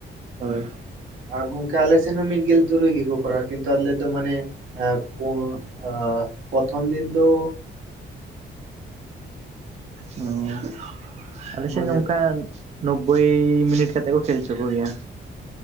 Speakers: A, on the right; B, on the right.
A: ᱦᱳᱭ
B: ᱟᱨ ᱜᱚᱝᱠᱮ ᱟᱞᱮ ᱥᱮᱱ ᱦᱚᱸ ᱢᱤᱫ ᱜᱮᱞ ᱛᱩᱨᱩᱭ ᱜᱮ ᱠᱚ ᱠᱚᱨᱟᱣᱟ ᱠᱤᱱᱛᱩ ᱟᱞᱮ ᱫᱚ ᱢᱟᱱᱮ ᱮᱸ ᱯᱚᱸᱜ ᱟ ᱯᱚᱛᱷᱚᱢ ᱫᱤᱱ ᱫᱚ
A: ᱦᱩᱸ ᱟᱞᱮ ᱥᱮᱫ
B: ᱢᱟᱱᱮ
A: ᱦᱚᱸ ᱚᱝᱠᱟ ᱱᱳᱵᱵᱳᱭ ᱢᱤᱱᱤᱴ ᱠᱟᱛᱮᱫ ᱠᱚ ᱠᱷᱮᱞ ᱦᱚᱪᱚ ᱠᱚ ᱜᱮᱭᱟ